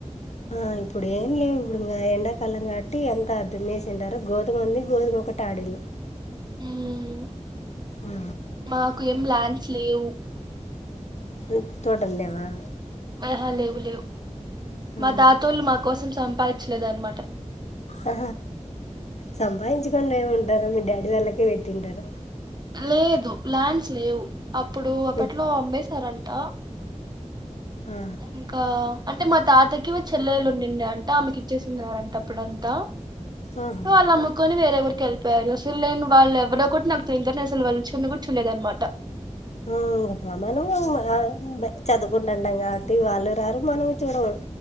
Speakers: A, on the left; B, on the right.
A: ఆ ఇప్పుడే లేవు ఇప్పుడు ఇంగ ఎండాకాలం కాబట్టి అంత దున్నేసింటారు, గోధుమ ఉంది గోధుమ ఒకటి ఆడిల్ల.
B: హ్మ్
A: ఆ
B: మాకు ఏం లాన్ డ్స్ లేవు
A: తో తోటల్లేవ?
B: ఆహా లేవు లేవు. మా
A: ఆ
B: తాతోళ్ళు మా కోసం చం పాయిచ్చలేదనమాట
A: ఆ సంపాయించకుండా ఏముం డరు మీ డాడీ వాళ్ళకే పెట్టింటారు.
B: లేదు ల్యాండ్స్ లేవు అప్పుడు అప్పట్లో
A: ఉమ్,
B: అమ్మేస్ సరంట
A: ఆ
B: ఇంకా అంటే మా తాతకి చెల్లెళ్లు ఉండడి అంట ఆమెకి ఇచ్చేసినారంట అప్పుడంతా
A: ఆహా
B: వాళ్ళు అమ్ముకుని వేరే ఊరి వెళ్ళిపోయారు అసలు నేను వాళ్ళ ఎవ్వడో కూడా నాకు అసలు వాళ్ళను చూడను కూడా చూలేదుదనమాట
A: ఆ ఇం హ మనము ఆ బ చదూకుంటాంటాంగా తి వాళ్ళు రారు మనము చూడం